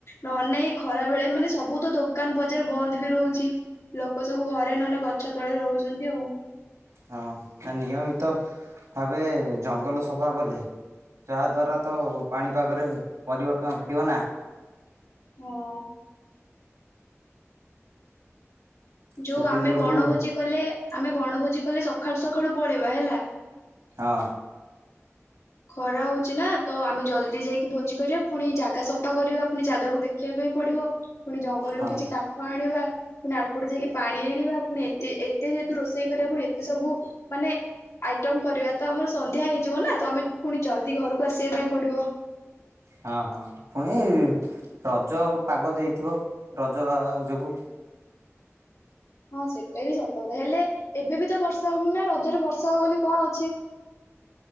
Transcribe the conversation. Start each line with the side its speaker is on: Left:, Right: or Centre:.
Left: ନହେ ନାଇ ଖରା ବେଳେ ମାନେ ସବୁ ତ ଦୋକାନ ବଜାର ବନ୍ଦ ବି ରହୁଛି ଲୋକ ଲୋକ ସବୁ ଘରେ ନହେଲେ ଗଛ ତଳେ ରହୁଛନ୍ତି ଆଉ
Right: ହଁ ନା ନିୟମିତ ଭାବେ ଜଙ୍ଗଲ ସଫା କଲେ ଯାହା ଦ୍ୱାରା ତ ପାଣିପାଗରେ ପରିବର୍ତ୍ତନ ଘଟିବ ନା
Left: ହଁ ଯୋଉ
Right: ସେଥି
Left: ଆମେ
Right: ଯୋଗୁ
Left: ବଣଭୋଜି କଲେ ଆମେ ବଣଭୋଜି କଲେ ସକାଳୁ ସକାଳୁ ପଳେଇବା ହେଲା।
Right: ହଁ
Left: ଖରା ହଉଛି। ନା ତ ଆମେ ଜଲ୍ଦି ଯାଇକି ଭୋଜି କରିବା ପୁଣି ଜାଗା ସଫା କରିବା ପୁଣି ଜାଗାକୁ ଦେଖିବା ପାଇଁ ପଡିବ ପୁଣି ଜଙ୍ଗଲରୁୁ
Right: ହଁ
Left: କିଛି କାଠ ଆଣିବା ପୁଣି ଆଳପଟୁ ଯାଇକି ପାଣି ଆଣିବା ପୁଣି ଏତେ ଏତେ ଯେହେତୁ ରୋଷେଇ କରିବା ପୁଣି ଏତେ ସବୁ ମାନେ ଆଇଟମ କରିବା ତ ଆମର ସନ୍ଧ୍ୟା ହେଇଯିବ ନା ତ ଆମେ ପୁଣି ଜଲଦି ଘରକୁ ଆସିବା ପାଇଁ ପଡିବ।
Right: ହଁ ହଁ ପୁଣି ରଜ ପାଗ ଦେଇଥିବ ରଜ ଯୋଗୁ
Left: ହଁ ସେଇଟା ବି ସତର ହେଲେ ଏବେ ବି ତ ବର୍ଷ ଉି ନା ରଜରେ ବର୍ଷା ହଉ ବୋଲିଲେ କଣ ଅଛି।